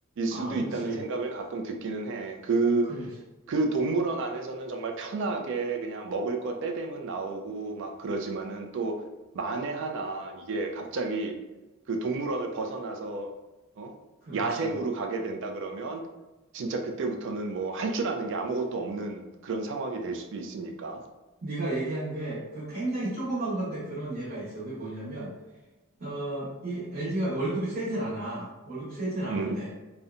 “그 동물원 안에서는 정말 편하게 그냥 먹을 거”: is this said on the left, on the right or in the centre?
Right